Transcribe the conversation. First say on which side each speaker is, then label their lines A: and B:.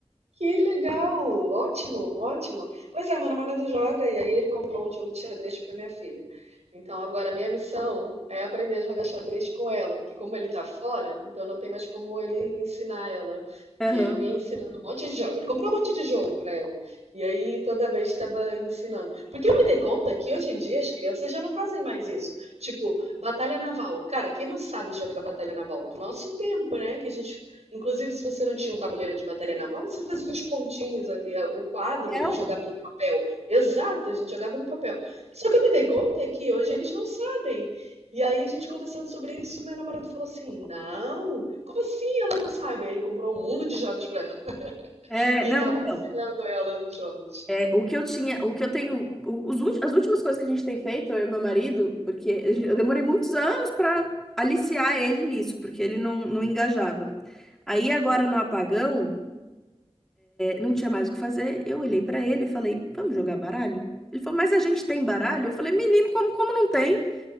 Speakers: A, on the right; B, in the centre.
A: Que legal! Ótimo, ótimo. Pois é, meu namorado joga e aí ele comprou um jogo de xadrez para minha filha. Então agora a minha missão é aprender a jogar xadrez com ela, porque como ele tá fora, então não tem mais como ele ensinar ela, porque
B: <laughs> Aham.
A: ele vinha ensinando um monte de jogo. Ele comprou um monte de jogo para ela. E aí toda vez estava ensinando. Porque eu me dei conta que hoje em dia as crianças já não fazem mais isso. Tipo, batalha naval. Cara, quem não sabe jogar batalha naval? Do nosso tempo, né? Que a gente Inclusive, se você não tinha um tabuleiro de batalha naval, você fazia os pontinhos ali, eh, o quadro,
B: Não.
A: e jogava no papel. Exato, a gente jogava no papel. Só que eu me dei conta que hoje eles não sabem. E aí, a gente conversando sobre isso, meu namorado falou assim: Não, como assim ela não sabe? Aí ele comprou um mundo de jogos pra ela <laughs>
B: É,
A: e
B: não,
A: tava
B: então,
A: ensinando ela os jogos.
B: é, o que eu tinha, o que eu tenho, o- os, ulti- as últimas coisas que a gente tem feito, eu e meu marido, porque a gen- eu demorei muitos anos para aliciar ele nisso, porque ele não, não engajava. Aí agora no apagão Não tinha mais o que fazer. Eu olhei pra ele e falei: "Vamos jogar baralho?" Ele falou: "Mas a gente tem baralho?" Eu falei: "Menino, como como não tem?"